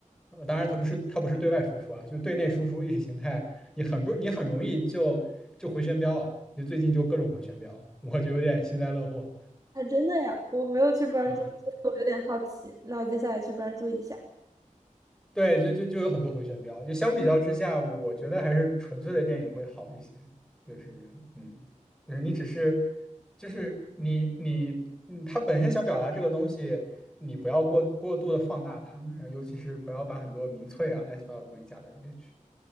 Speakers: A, in the centre; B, on the right (about 25°).
A: 呃当然，它不是它不是对外输出啊，就是对内输出意识形态，你很不你很容易就就回旋镖，你最近就各种回旋镖，我就有点幸灾乐祸。
B: 还真的呀，我没有去关注，
A: 嗯，
B: 我有点好奇。那我接下来去关注一下
A: 对，就就就有很多回旋镖，就相比较之下，我觉得还是纯粹的电影会好一些。就是嗯，就是你只是就是你你嗯，它本身想表达这个东西。你不要过过度的放大它，然后尤其是不要把很多民粹啊、乱七八糟的东西加到里面去。